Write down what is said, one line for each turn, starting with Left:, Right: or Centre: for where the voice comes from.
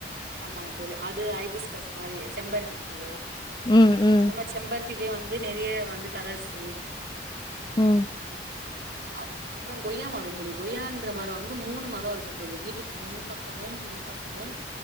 Right: ஆமாங்க தோழி அது ஐபிஸ்கஸ் மாதிரி செம்பருத்தி பூவு
Left: ம் ம்
Right: அந்த மாதிரி செம்பது லயே வந்து நிறைய வந்து கலர்ஸு
Left: உஹம்
Right: அப் அப்புறம் கொய்யா மரம் தோழி கொய்யான்ற மரம் வந்து மூணு மரம் இருக்கும் தோழி வீட்டுக்கு முன்பக்கமும் பின்பக்கமும்